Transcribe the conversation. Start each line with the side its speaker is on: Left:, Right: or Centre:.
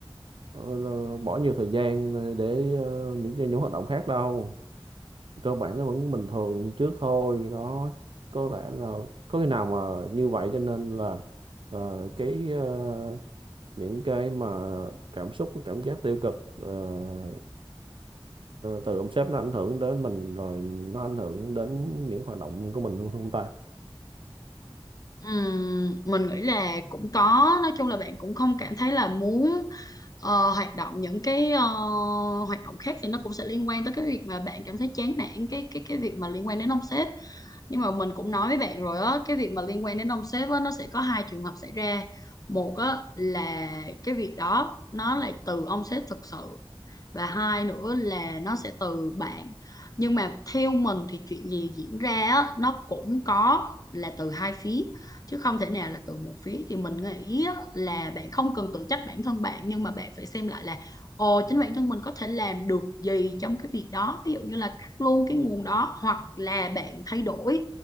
Right: ờ, là bỏ nhiều thời gian để ờ, những cái những hoạt động khác đâu cơ bản nó vẫn bình thường như trước thôi đó có lẽ là có khi nào mà như vậy cho nên là ờ, cái ờ, những cái mà cảm xúc cảm giác tiêu cực ờ, từ ông sếp nó ảnh hưởng đến mình rồi nó ảnh hưởng đến những hoạt động của mình luôn không ta
Left: Ừm, mình nghĩ là cũng có nói chung là bạn cũng không cảm thấy là muốn ờ, hoạt động những cái ờ, hoạt động khác thì nó cũng sẽ liên quan tới cái việc mà bạn cảm thấy chán nản cái cái cái việc mà liên quan đến ông sếp nhưng mà mình cũng nói với bạn rồi á cái việc mà liên quan đến ông sếp á nó sẽ có hai trường hợp xảy ra một á là cái việc đó nó là từ ông sếp thực sự và hai nữa là nó sẽ từ bạn nhưng mà theo mình thì chuyện gì diễn ra á, nó cũng có là từ hai phía chứ không thể nào là từ một phía thì mình nghĩ á, là bạn không cần tự trách bản thân bạn nhưng mà bạn phải xem lại là ồ chính bản thân mình có thể làm được gì trong cái việc đó ví dụ như là cắt luôn cái nguồn đó hoặc là bạn thay đổi